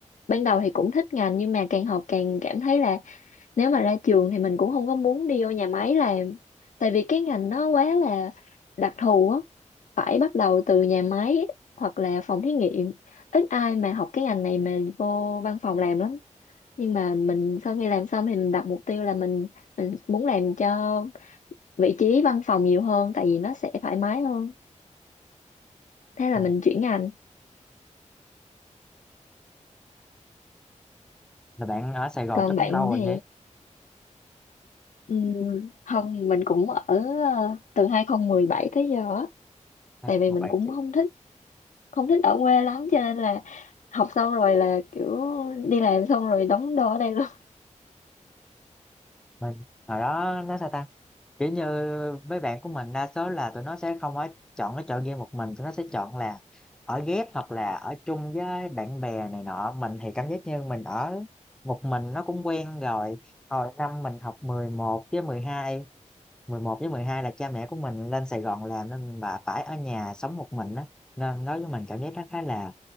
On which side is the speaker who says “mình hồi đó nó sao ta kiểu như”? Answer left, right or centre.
Centre